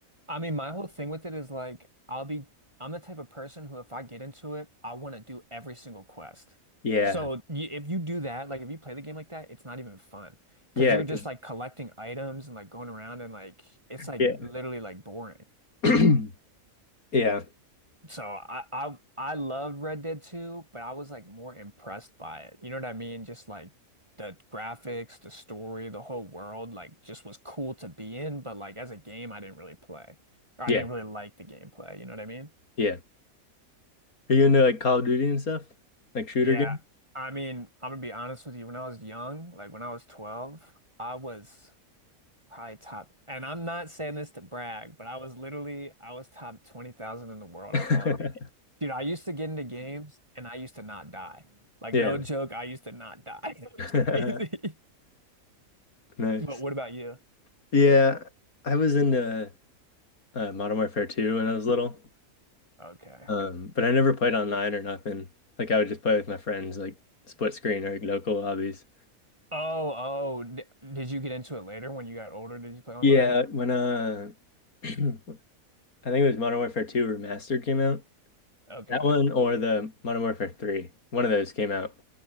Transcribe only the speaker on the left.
Yeah.
Yeah.
'cause-
yeah.
<clears throat> Yeah.
Yeah.
Yeah. Are you into like Call of Duty and stuff? Like shooter
game?
<laughs>
<clears throat> Yeah.
<laughs>
Nice.
Yeah. I was into uh, Modern Warfare 2 when I was little.
Um, but I never played online or nothing. Like I would just play with my friends, like split screen or like, local lobbies.
Yeah, when uh <clears throat> I think it was Modern Warfare 2 Remastered came out.
That one or the Modern Warfare 3. One of those came out.